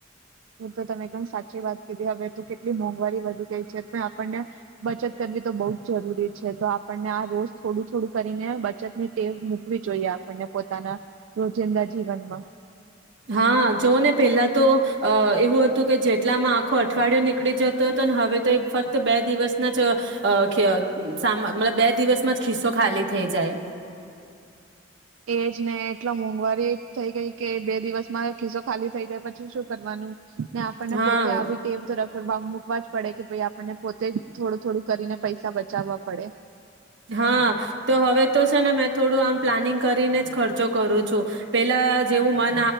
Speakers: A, on the right; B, on the right.
A: એ તો તમે એકદમ સાચી વાત કીધી હવે તો કે એટલી મોંઘવારી વધી ગઈ છે. તોય આપણને બચત કરવી તો બહુ જ જરૂરી છે તો આપ આપણને આ રોજ થોડું-થોડું કરીને બચત ની ટેવ મુકવી જોઈએ, આપણને પોતાના રોજિંદા જીવનમાં.
B: હા. જોવ ને પહેલા તો અ એવું હતું કે જેટલામાં આખો અઠવાડિયો નીકળી જતો હતો, ને હવે તો એ ફક્ત બે દિવસના જ ખ સામા મતલબ બે દિવસમાં જ ખિસ્સો ખાલી થઈ જાય.
A: એજ ને એટલો મોંઘવારી થઇ ગઈ કે, બે દિવસ માં ખિસ્સો ખાલી થઇ જાય પછી શું કરવાનું? ને આપણને
B: હા
A: પોતે આવી ટેવ તો ર મૂકવા જ પડે કે, ભાઈ આપને પોતે તે થોડું-થોડું કરીને પૈસા બચાવવા પડે.
B: હા, તો હવે તો છે ને મેં થોડું આમ પ્લાનિંગ કરીને જ ખર્ચો કરું છું. પેલા જેવું મન